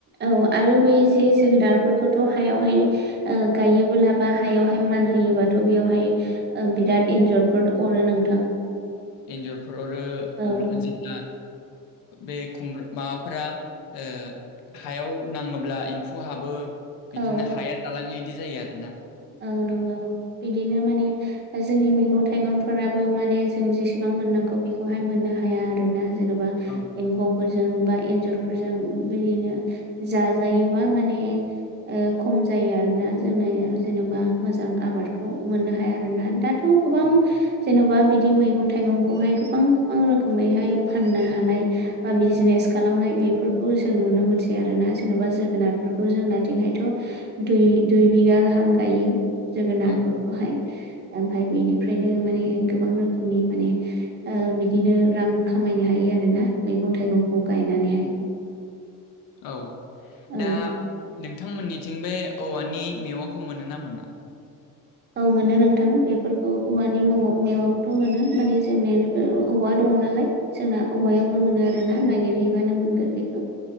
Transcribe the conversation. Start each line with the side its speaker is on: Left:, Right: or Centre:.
Right: औ आरो बै जे जोगोनारफोरखौथ' हायावहाय ओ गायोबोला बा हायावहाय मानहोयोबाथ' बियावहाय ओ बिराद एन्जरफोर अरो नों
Left: एन्जरफोर अरो <unintelligible>
Right: औ
Left: ओ बे खुम्ब माबाफोरा ओ हायाव नाङोब्ला एम्फु हाबो। बिदिनो
Right: औ
Left: हाया जालाङो बिदि जायो आरो ना।
Right: औ नंगौ, बिदिनो माने जोंनि मैगं थाइगंफोराबो माने जों जेसेबां मोननांगौ बेखौहाय मोननो हाया आरोना। जेन'बा
Left: औ।
Right: एम्फौफोरजों बा एन्जरफोरजों बिदिनो जाजायोबा माने ओ खम जायो आरोना जोंनो जेन'बा मोजां आबादखौ मोननो हाया आरोना। दाथ' गोबां
Left: औ
Right: जेन'बा बिदि मैगं थाइगंखौहाय गोबां गोबां रोखोमैहाय फाननो हानाय बा बिजिनेस खालामनाय बेफोरखौ जों नुनो मोनसै आरोना। जेन'बा जोगोनारफोरखौ जोंनाथिंहायथ' दुइ दुइ बिगा गाहाम गायो जोगोनारफोरखौहाय।
Left: औ
Right: ओमफाय बेनिफ्रायनो माने गोबां रोखोमनि माने ओ बिदिनो रां खामायनो हायो आरोना मैगं थाइगंखौ गायनानैहाय।
Left: औ।
Right: औ
Left: दा नोंथांमोननिथिं बे औवानि मेवाखौ मोनो ना मोना?
Right: औ मोनो नोंथां, बेफोरखौ औवानि मव मेवाखौथ' मोनो। माने जोंनि औवा दङ' नालाय जोंना औवायावनो मोनो आरो ना नागिरहैबानो मोनगोनबे खौ।